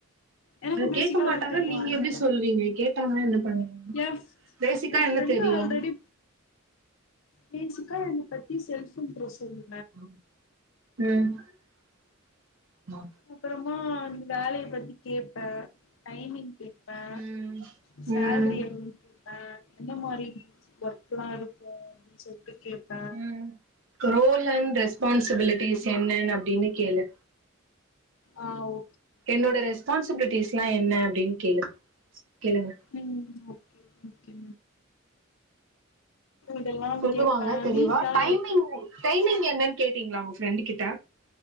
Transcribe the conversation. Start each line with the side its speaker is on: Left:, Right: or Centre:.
Left: எனக்கும்
Right: அத கேட்க
Left: பேசிக்கா
Right: மாட்டாங்க
Left: எல்லாம் தெரியும்
Right: நீங்க
Left: அதனால.
Right: எப்டி சொல்றீங்க கேட்டாங்களா என்ன
Left: என் ஃப்
Right: பேசிக்கா
Left: என்
Right: என்ன
Left: ஃப்ரெண்டு
Right: தெரியும்
Left: ஆல்ரெடி பேசிக்கா என்ன பத்தி செல்போன் நோ சொல்லு
Right: உம்
Left: அப்பறமா அந்த வேலைய பத்தி கேப்பேன் டைமிங் கேப்பேன்
Right: ம்
Left: சேல்ரி
Right: ம்
Left: எவ்ளோ கேப்பேன் எந்த மாரி ஒர்க் இப்பல்லாம் இருக்கும் சொல்லிட்டு கேப்பேன்
Right: ம் ரோல் அண்ட் ரெஸ்பான்சிபிலிட்டிஸ் என்னன்னு அப்படின்னு கேளு
Left: ஆஹ் ஓ
Right: என்னோட ரெஸ்பான்சிபிலிட்டிஸ் எல்லாம் என்ன அப்டின்னு கேளு கேளுங்க
Left: ம் ஓகேங்க இதெல்லாம்
Right: சொல்லுவாங்க
Left: கேட்பேன்.
Right: தெளிவா
Left: லீவ்லாம்
Right: டைமிங்
Left: எப்
Right: டைமிங் என்னனு கேட்டீங்களா உங்க ஃப்ரெண்டு கிட்ட